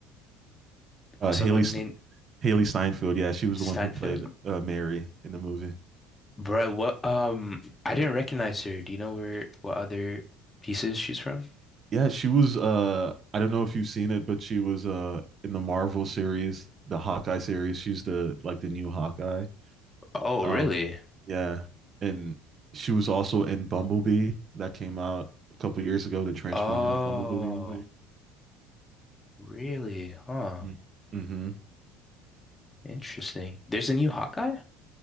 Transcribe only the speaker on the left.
someone
named
Steinfeld.
Bruh, what um I didn't recognize her. Do you know where what other pieces she's from?
Oh,
really?
Oh,
really? Huh.
Interesting. There's a new Hawkeye?